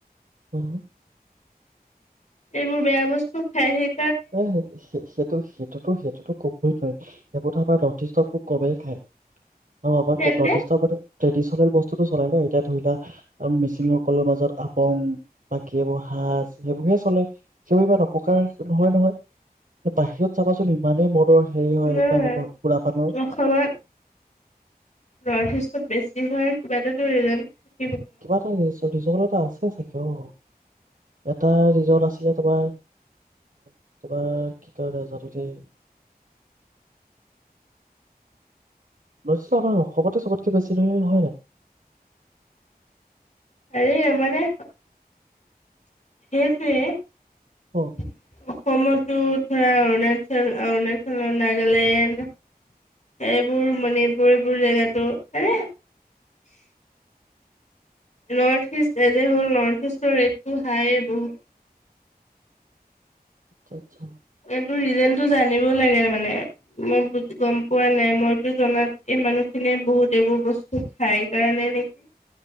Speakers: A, on the right; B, on the left.
A: উম,
B: এইবোৰ বেয়া বস্তু খাইহে।
A: এ সেইটো-সেইটোতো-সেইটোতো কবই নোৱাৰি। সেইবোৰো আমাৰ নৰ্থিষ্ট খুব কমেই খায়? অ' আকৌ আমাৰ
B: তেন্তে
A: নৰ্থিষ্ট মানুহ ট্ৰেদিচনেল বস্তু বস্তুটো চলাই লয় এতিয়া ধৰি লোৱা মিচিংসকলৰ মাজত আপং বাকী এইবোৰ সাজ সেইবোৰহে চলে সেইবাবেই ইমান অপকাৰ। নহয়-নহয় বাহিৰত চাবাচোন ইমানেই মদৰ হেৰি হয়
B: নহয়
A: মানে ম খুৰা পানৰ।
B: অসমত নৰ্থ ইষ্ট চব বেছি হয় কিবা টো কিয় নাজানো
A: কিবা এটা ৰিজন এটা আছে চাগে অ এটা ৰিজন আছিলে তোমাৰ তোমাৰ কি কয় নাজানো দেই। নিশ্চয় আমাৰ খবৰটো চবতকৈ বেছি নহয় জানো।
B: অৰে মানে সেইটোৱে
A: অ
B: অসমতটো। ধৰা অৰুণাচল, অৰুণাচল-নাগালেণ্ড এইবোৰ মণিপুৰ এইবোৰ জেগাতো পাৰে। নৰ্থ-ইষ্ট এ যে হ'ল নৰ্থ-ইষ্টৰ ৰেটটো হাইয়ে বহুত।
A: আচ্ছা আচ্ছা।
B: এইটো ৰিজনটো যায়। জানিব লাগে মানে, মই গম পোৱা নাই। মইতো জনাত এই মানুহ খিনিয়ে বহুত এইবোৰ বস্তু খাই কাৰণে নেকি,